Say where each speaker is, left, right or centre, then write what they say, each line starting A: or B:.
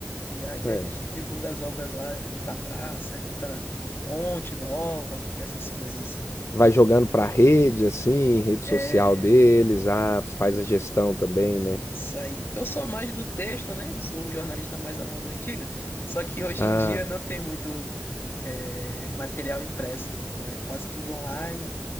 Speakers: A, on the left; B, on the left.
A: E aí
B: É.
A: a gente divulga as obras lá, é muita praça, é muita ponte nova, e essas coisas assim.
B: Vai jogando para rede, assim, rede
A: É...
B: social deles. Ah, faz a gestão também, né?
A: Isso aí. Eu sou mais do texto, né? Eu sou um jornalista mais à moda antiga. Só que hoje
B: Ah,
A: em dia não tem muito é, material impresso, né? Então é quase tudo online